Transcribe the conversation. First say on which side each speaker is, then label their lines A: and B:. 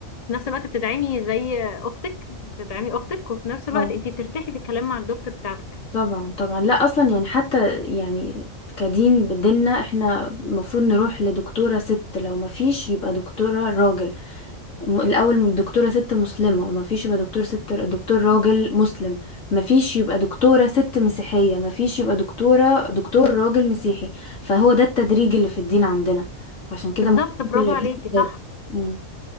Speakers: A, on the left (about 30°); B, on the left (about 85°).
A: في نفس الوقت بتدعمي زي اختك بتدعمي اختك وفي نفس الوقت
B: اه
A: انتي بترتاحي في الكلام مع الدكتور بتاعتك
B: طبعا طبعا لا اصلا يعني حتى يعني كدين بديننا احنا المفروض نروح لدكتورة ست لو ما فيش يبقى دكتورة راجل م- الاول دكتورة ست مسلمة ما فيش يبقى دكتور ست دكتور راجل مسلم ما فيش يبقى دكتورة ست مسيحية ما فيش يبقى دكتورة دكتور راجل مسيحي فهو ده التدريج اللي في الدين عندنا فعشان كده
A: بالظبط
B: مهم
A: برافو
B: يبقى
A: عليكي
B: في ستات
A: صح
B: مم.